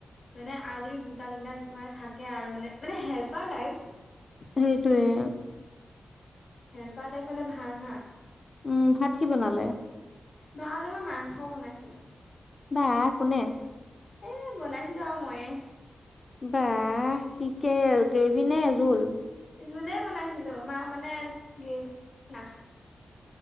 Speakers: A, on the left; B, on the left.
A: মানে আৰু যদি দুটা, তিনিটা মানে থাকে আৰু মানে মানে হেল্পাৰ টাইপ
B: সেইটোৱেই-
A: হেল্পাৰ টাইপ হলে ভাল না
B: উম, ভাত কি বনালে?
A: ভাত আমাৰ মাংস বনাইছিলে।
B: বাহ! কোনে?
A: এই বনাইছিলো আৰু মইয়ে।
B: বাহ! কি কে গ্ৰেভি নে জোল?
A: জোলেই বনাইছিলো, মা মানে গ্ৰেভি নাখা